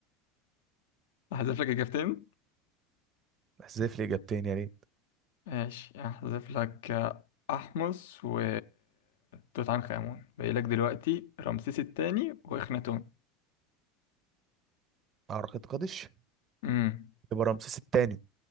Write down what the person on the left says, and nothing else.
أحذف لك إجابتين
ماشي أحذف لك أحمس و توت عنخ آمون باقي لك دلوقتي رمسيس التاني وإخناتون
امم